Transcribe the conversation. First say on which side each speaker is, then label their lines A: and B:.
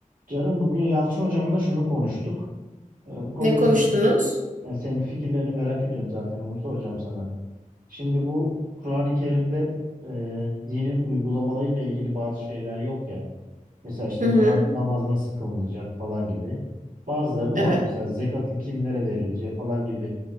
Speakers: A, on the right; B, on the right.
A: Canım bugün Yalçın hocamla şunu konuştuk. Ee, bu konuda
B: Ne konuştunuz?
A: senin, yani senin fikirlerini merak ediyorum zaten onu soracağım sana. Şimdi bu Kur'an-ı Kerim'de e, dinin uygulamalarıyla ilgili bazı şeyler yok ya. Mesela işte
B: Hı hı.
A: namaz, namaz nasıl kılınacak falan gibi. Bazılarının
B: Evet.
A: var mesela zekatın kimlere verileceği falan gibi